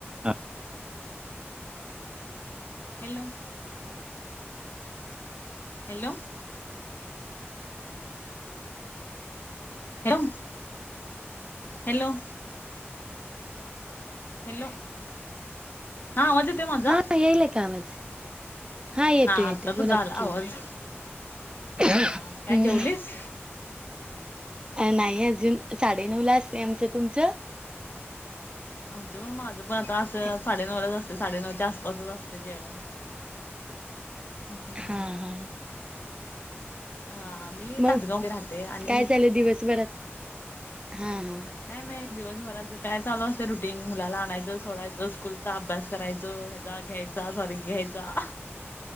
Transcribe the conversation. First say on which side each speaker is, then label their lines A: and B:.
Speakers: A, on the right; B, on the left.
A: हा.
B: Hello! Hello! Hello hello! Hello! हा आवाज येतोय माझा
A: हा येल का आवाज? हा येतो येते
B: आत्ता
A: बोला
B: तुझा आला
A: किू
B: आवाज
A: हम्
B: हा काय जेवलीस
A: अ नाही अजून साडेनऊ ला असते आमचं तुमचं
B: आमचं पण माझं पण आता असं
A: हा
B: साडेनऊलाच असते साडेनऊच्या आसपासच असतते. जेवण ह
A: हा हा
B: हा आम्ही
A: मग
B: तासगावध्येे राहते आणि
A: काय चालू दिवसभरात हा हा
B: काय नाही दिवसभराचं काय चालू असते रुटीन मुलाला आणायचं सोडायचं स्कूलचा अभ्यास करायचं. जा घ्यायचा सॉरी घ्यायचा.